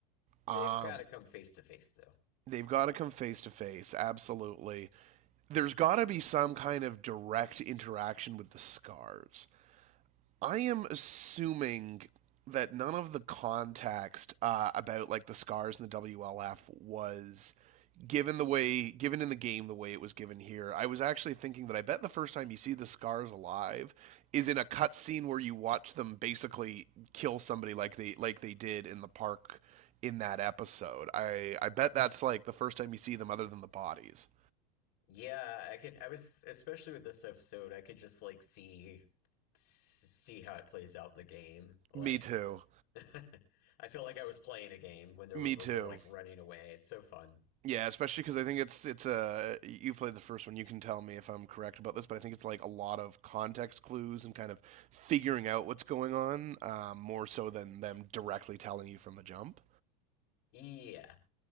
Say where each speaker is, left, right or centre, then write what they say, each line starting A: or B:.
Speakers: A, on the right; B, on the left.
A: Um,
B: They've got to come face to face though.
A: they've got to come face to face, absolutely. there's got to be some kind of direct interaction with the scars. I am assuming that none of the context uh, about like the scars and the WLF was given the way given in the game the way it was given here. I was actually thinking that I bet the first time you see the scars alive is in a cutscene where you watch them basically kill somebody like they like they did in the park in that episode. I I bet that's like the first time you see them other than the bodies.
B: Yeah, I can I was especially with this episode, I could just like see see how it plays out in the game. Like
A: Me too.
B: <laughs> I feel like I was playing a game when they're
A: Me
B: when
A: too.
B: they're like running away. It's so fun.
A: Yeah, especially because I think it's it's a you played the first one. You can tell me if I'm correct about this, but I think it's like a lot of context clues and kind of figuring out what's going on, um, more so than them directly telling you from the jump.
B: Yeah.